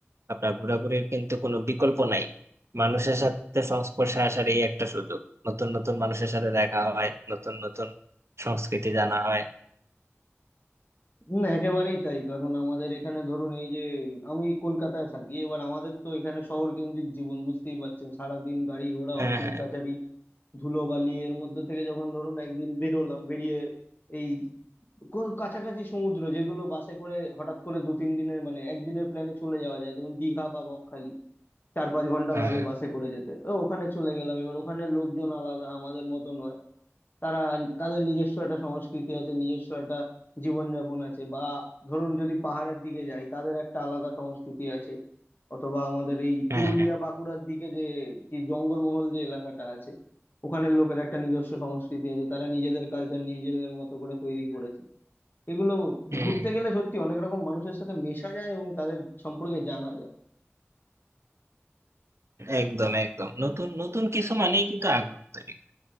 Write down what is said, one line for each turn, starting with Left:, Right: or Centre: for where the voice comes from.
Right: আপনার ঘোরাঘুরির কিন্তু কোনো বিকল্প নাই মানুষের সাথে সংস্পর্শে আসার এই একটা সুযোগ নতুন নতুন মানুষের সাথে দেখা হয় নতুন নতুন সংস্কৃতি জানা হয়
Left: হুম, একেবারেই তাই কারণ আমাদের এখানে ধরুন এই যে আমি কলকাতায় থাকি এবার আমাদের তো এখানে শহর কেন্দ্রিক জীবন বুঝতেই পারছেন সারাদিন গাড়ি ঘোড়া
Right: হ্যাঁ
Left: অফিস
Right: হ্যাঁ
Left: কাচারি ধুলোবালি এর মধ্যে থেকে যখন ধরুন একদিন বেরোলাম বেরিয়ে এই কো- কাছাকাছি সমুদ্র যেগুলো বাসে করে হঠাৎ করে দু তিন দিনের মানে একদিনের প্ল্যানে চলে যাওয়া যায় ধরুন দীঘা বা বকখালি চার পাঁচ ঘন্টা
Right: হ্যাঁ
Left: লাগে বাসে করে যেতে ও, ওখানে চলে গেলাম এবার ওখানে লোকজন আলাদা আমাদের মতো নয় তারা তাদের নিজস্ব একটা সংস্কৃতি আছে নিজস্ব একটা জীবনযাপন আছে বা ধরুন যদি পাহাড়ের দিকে যাই তাদের একটা আলাদা সংস্কৃতি আছে অথবা আমাদের এই পুরুলিয়া
Right: হ্যাঁ হ্যাঁ,
Left: বাঁকুড়ার দিকে যে কি জঙ্গলমহল যে এলাকাটা আছে ওখানের লোকের একটা নিজস্ব সংস্কৃতি আছে তারা নিজেদের কালচার নিজেদের মতো করে তৈরি করেছে এগুলো
Right: হ্যাঁ,
Left: ঘুরতে গেলে সত্যি অনেক রকম মানুষের সাথে মেশা যায় এবং তাদের সম্পর্কে জানা যায়
Right: একদম একদম নতুন নতুন কিছু মানেই কিন্তু আগ্রহ তৈরি করে।